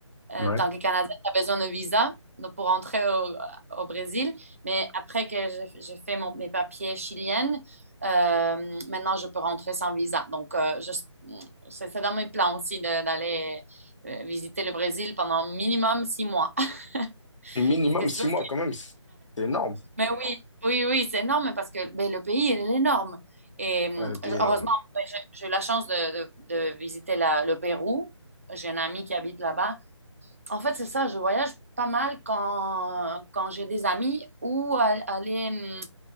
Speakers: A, on the right; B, on the left.
A: Euh,
B: Ouais.
A: tant que Canadien, tu besoin d'un visa donc, pour entrer au, au Brésil. Mais après que j'ai j'ai fait mon- mes papiers chiliennes, euh, maintenant, je peux rentrer sans visa. Donc, euh, je- c'est c'est dans mes plans aussi de- d'aller euh, visiter le Brésil pendant minimum six mois.
B: Et
A: <laughs>
B: Minimum
A: Parce
B: six
A: que c'est ça,
B: mois quand même, c'est c'est énorme.
A: mais oui, oui, oui, c'est énorme parce que ben, le pays, il est énorme. Et hum,
B: Ouais, le pays
A: heureusement,
B: est énorme.
A: ben, j'ai j'ai eu la chance de, de- de visiter la- le Pérou. J'ai un ami qui habite là-bas En fait, c'est ça, je voyage pas mal quand, quand j'ai des amis ou a- aller hum,